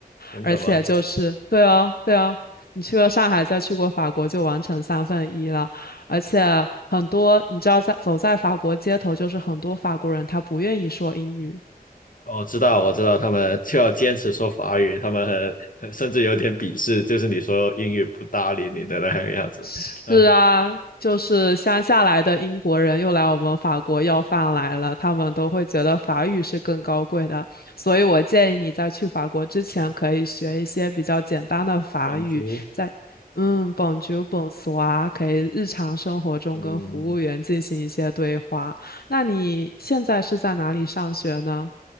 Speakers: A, on the left; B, on the left.
A: 真的吗？
B: 而且就是，对啊，对啊，你去过上海，再去过法国，就完成三分一了。而且很多，你知道在，走在法国街头，就是很多法国人他不愿意说英语，
A: 我知道，我知道，他们就要坚持说法语，他们很很甚至有点鄙视，就是你说英语不搭理你的那个样子。
B: 是啊，
A: 嗯，
B: 就是乡下来的英国人又来我们法国要饭来了，他们都会觉得法语是更高贵的，所以我建议你在去法国之前可以学一些比较简单的法语，
A: 广州，
B: 在嗯，bonjour、bonsoir，可以日常生活中跟服务员进行一些对话。
A: 嗯，
B: 那你现在是在哪里上学呢？